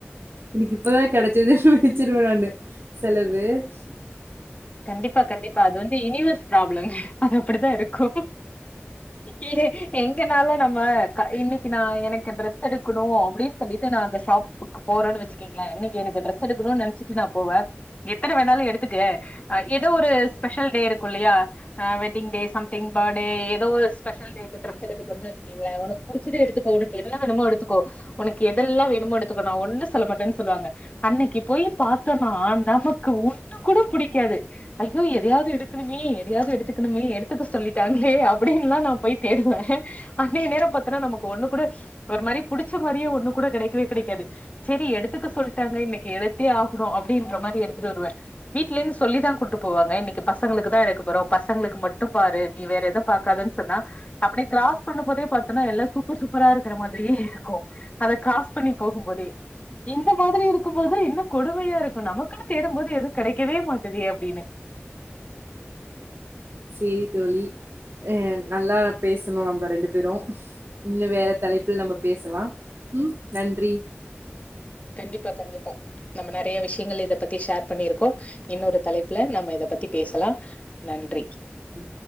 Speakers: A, on the right; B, on the left.
A: எனக்கு இப்பதா கிடைச்சது வச்சிருவே நானு செல து
B: கண்டிப்பா கண்டிப்பா அது வந்து யூனிவர்ஸ் ப்ராப்ளம் அது அப்படித்தா இருக்கு ஏங்க எங்கனால நம்ம இன்னைக்கு நா எனக்கு ட்ரெஸ் எடுக்கணு அப்படின்னு சொல்லிட்டு நா அந்த ஷாப்புக்கு போறேன்னு வச்சுக்கீங்களே இன்னைக்கு எனக்கு ட்ரெஸ் எடுக்கணும்னு நினைச்சிட்டு நா போவே எத்தன வேணாலு எடுத்துக்க அ ஏதோ ஒரு ஸ்பெஷல் டே இருக்கு இல்லையா wedding day some thing birthday ஏதோ ஒரு ஸ்பெஷல் டேக்கு ட்ரெஸ் எடுக்கன்னு வச்சுக்கீங்களே உனக்கு புடிச்சத எடுத்துக்கோ உனக்கு என்ன வேணுமோ எடுத்துக்கோ உனக்கு எதெல்லா வேணுமோ எடுத்துக்கோ நா ஒண்ணு சொல்ல மாட்டேன்னு சொல்லுவாங்க அன்னைக்கு போய் பாார்த்தோனா நமக்கு ஒண்ணு கூட பிடிக்காது ஐயோ எதையாவது எடுக்கணுமே எதயாது எடுத்துக்கணுமே எடுத்துக்க சொல்லிட் ஏ அப்படின்ல்லா நா போயிட்டு தேடுவ அன்னைய நேரோ பாத்தன்னா நமக்கு ஒண்ணு கூட ஒரு மாதிரி புடிச்ச மாதிரியே ஒண்ணு கூட கிடைக்கவே கிடைக்காது சரி எடுத்துக்க சொல்லிட்டாங்க இன்னைக்கு எடுத்தே ஆகணு அப்படின்ற மாதிரி எடுத்துட்டு வருவே வீட்ல இருந்து சொல்லிதா கூட்டு போவாங்கன்னைக்கு பஸ் பசங்களுக்கு தா எடுக்க போறோ பசங்களுக்கு மட்டும் பாரு நீ வேற எதவு பாக்கதுன்னு சொன்னா அப்படியே கிராஸ் பண்ணு போதே பாரத்தோன்னா எல்லாம் சூப்பர் சூப்பரா இருக்கிற மாதிரியே இருக்கு அத கிராஸ் பண்ணி போகும் போதே இந்த மாதிரி இருக்கு போது இன்னும் கொடுமையா இருக்கும் நமக்குன்னு தேடும் போது எது கிடைக்கவே மாட்டது தினு
A: சரி தோழி அ நல்லா பேசுணோ நம்ம ரெண்டு பேரு இன்னு வேற தலைப்பபில் நம்ம பேசலா ம் நன்றி
B: கண்டிப்பா கண்டிப்பா நம்ம நிறைய விஷயங்கள் இத பத் பத்தி ஷேர் பண்ணியிருக்கோ இன்னொரு தலைப்புல நம்ம இத பத்தி பேசலா நன்றி
A: ம்